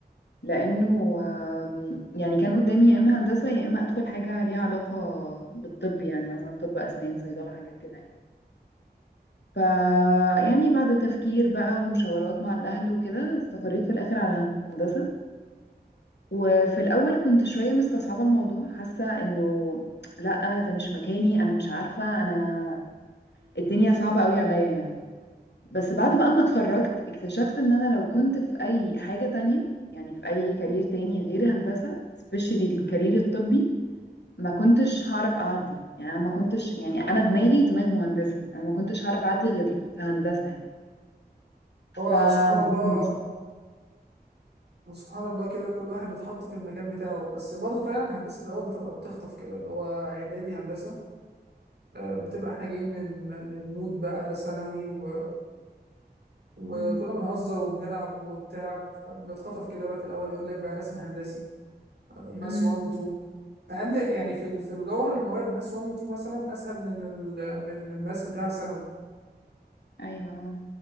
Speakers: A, on the left; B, on the right.
A: لانه آم، يعني كان قدامي يا اما هندسه يا اما ادخل حاجه ليها علاقه بالطب يعني مثلا طب اسنان صيدله حاجات كده يعني ف يعني بعد تفكير بقى ومشاورات مع الاهل وكده استقريت في الاخر على هندسه وفي الاول كنت شويه مستصعبه الموضوع حاسه انه لا ده مش مكاني انا مش عارفه انا الدنيا صعبه قوي عليا يعني بس بعد بقى ما اتخرجت اكتشفت ان انا لو كنت في اي حاجة تانية يعني في اي كارير تاني غير هندسة سبيشالي الكارير الطبي ما كنتش هعرف اعدي يعني أنا ما كنتش يعني انا دماغي دماغ مهندسة انا ما كنتش هعرف اعدي غير في هندسة يعني
B: هو
A: ف <laughs>
B: سبحان الله سبحان الله كده كل واحد بيتحط في المكان بتاعه بس برضه فعلا هندسة في الأول بتبقى بتخطف كده اللي هو إعدادي هندسة آه، بتبقى إحنا جايين من من مود بقى ثانوي و... وكنا
A: مم.
B: بنهزر وبنلعب وبتاع بنتخطف كده بقى في الأول يقول لك بقى رسم هندسي ماس
A: مم.
B: 1 و 2 مع إن يعني في ال- في الجوهر المواد ماس 1 و 2 مثلا أسهل من ال... من الماس بتاع ثانوي
A: ايوه آه.